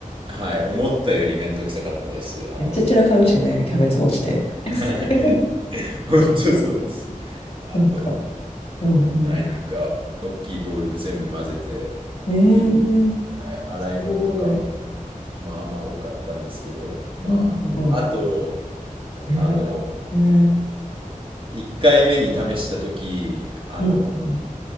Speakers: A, on the right; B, on the left.
A: はい、思ったよりめんどくさかったです。あの、
B: めっちゃ散らかるしね、キャベツ落ちて。<laughs>
A: はい、<laughs> 本当そうです。あと、
B: なんか、うんうん。
A: はい、なんか、大きいボウルで全部混ぜて、
B: えー、
A: い、はい、洗い物とかも、
B: すごい。
A: まあまあ多かったんですけど、まあ、
B: うんうんうん。
A: あと、
B: えー、
A: あの、
B: えー
A: 1回目に試した時あの、
B: うんうん。